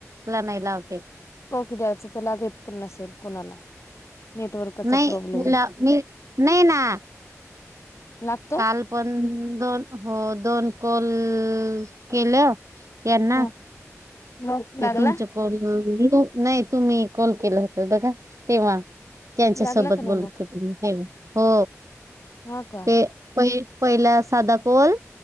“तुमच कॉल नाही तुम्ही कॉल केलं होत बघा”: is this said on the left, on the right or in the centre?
Right